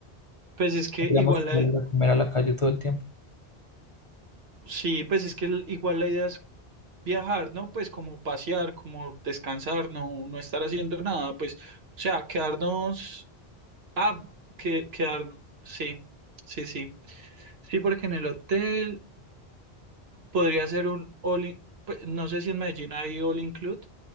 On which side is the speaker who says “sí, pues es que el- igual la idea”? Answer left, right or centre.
Right